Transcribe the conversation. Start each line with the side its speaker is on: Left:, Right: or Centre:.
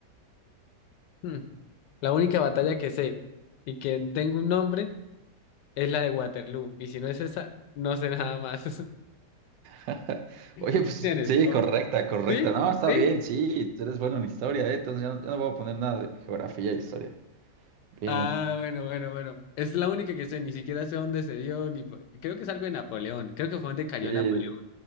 Left: Hmm, La única batalla que sé y que tengo un nombre es la de Waterloo. Y si no es esa, no sé nada más. <laughs>
Right: <laughs> Oye,
Left: Opciones.
Right: pues sí,
Left: op-
Right: correcta, correcta.
Left: ¿Sí?
Right: No, está
Left: ¿Sí?
Right: bien, sí, eres bueno en historia, ¿eh? Entonces yo no, yo no voy a poner nada de geografía e historia. Bien,
Left: Ah, bueno, bueno, bueno. Es la única que sé. Ni siquiera sé dónde se dio. Ni... po- Creo que es algo de Napoleón. Creo que fue donde cayó
Right: sí,
Left: Napoleón.